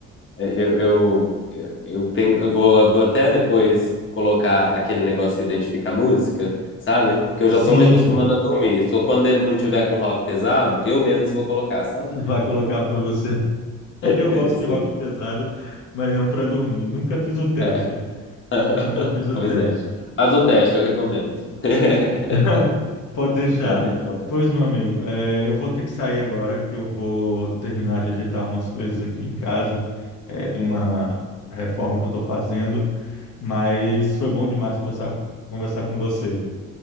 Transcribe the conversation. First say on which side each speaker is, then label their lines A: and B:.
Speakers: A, on the left (about 40°); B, on the left (about 75°).
A: é, Eu, eu, eu tenho, eu vou, eu vou até depois colocar aquele negócio que identifica a música, sabe? Porque eu
B: Sim.
A: já tô me acostumando a dormir. Só quando ele não tiver com rock pesado, eu mesmo vou colocar, sabe?
B: Vai colocar para você. <laughs>
A: <laughs>
B: Eu gosto
A: Sim.
B: de rock pesado, mas não para dormir. Nunca fiz o teste.
A: É. <laughs>
B: Nunca fiz o
A: Pois
B: teste.
A: é. Faz o teste, eu recomendo. <laughs>
B: <laughs> Pode deixar.
A: É muito bom.
B: Pois, meu amigo, é, eu vou ter que sair agora, que eu vou terminar de ajeitar umas coisas aqui em casa, é, de uma reforma que eu estou fazendo. Mas foi bom demais conversar, conversar com você.